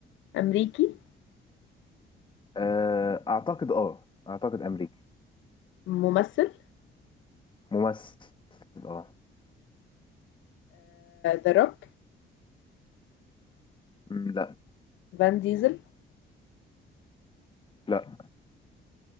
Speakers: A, on the left; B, on the left.
A: أمريكي
B: آه اعتقد اه اعتقد امريكي
A: ممثل
B: ممثل اه
A: ذا روك
B: مم، لا
A: فان ديزل
B: لا